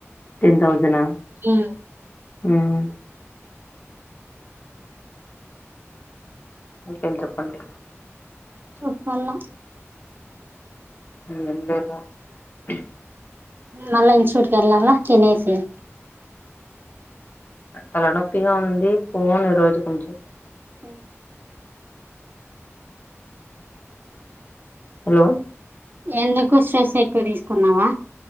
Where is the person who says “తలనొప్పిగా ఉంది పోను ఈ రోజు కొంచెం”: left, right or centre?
Left